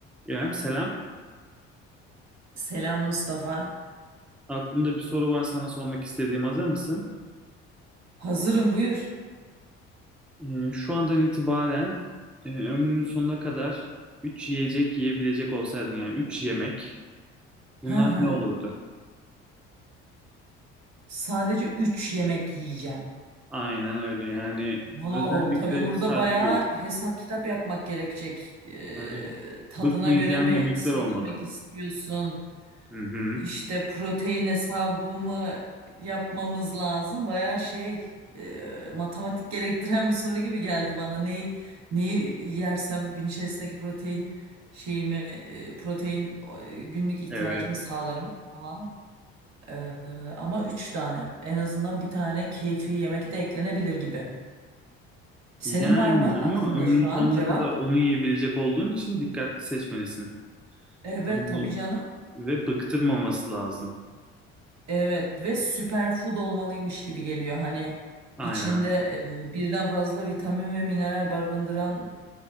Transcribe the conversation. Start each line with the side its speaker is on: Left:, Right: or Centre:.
Centre: İrem selam.
Right: Selam Mustafa.
Centre: Aklımda bir soru var sana sormak istediğim. Hazır mısın?
Right: Hazırım buyur.
Centre: Ee, şu andan itibaren e, ömrünün sonuna kadar 3 yiyecek yiyebilecek olsaydın yani 3 yemek bunlar
Right: Hı hı.
Centre: ne olurdu?
Right: Sadece 3 yemek yiyeceğim.
Centre: Aynen öyle yani
Right: Wow,
Centre: özellikle
Right: tabii burada
Centre: sadece
Right: bayağı hesap kitap yapmak gerekecek. Ee,
Centre: yani
Right: tadına
Centre: bıkmayacağın
Right: göre mi
Centre: yemekler
Right: seçmek
Centre: olmalı.
Right: istiyorsun?
Centre: Hı hı,
Right: İşte protein hesabı mı yapmamız lazım? Bayağı şey, e, matematik gerektiren bir soru gibi geldi bana. Neyi, neyi yersem gün içerisindeki protein şeyimi, e, protein e, günlük ihtiyacımı
Centre: evet.
Right: sağlarım falan. Ee, ama üç tane. En azından bir tane keyfi yemek de eklenebilir gibi. Senin
Centre: Yani
Right: var mı aklında
Centre: ama ömrünün
Right: şu
Centre: sonuna
Right: an cevap?
Centre: kadar onu yiyebilecek olduğun için dikkatli seçmelisin.
Right: Evet
Centre: Yani
Right: tabii canım.
Centre: ve bıktırmaması lazım.
Right: Evet ve süperfood olmalıymış gibi geliyor. Hani
Centre: Aynen.
Right: içinde e, birden fazla vitamin ve mineral barındıran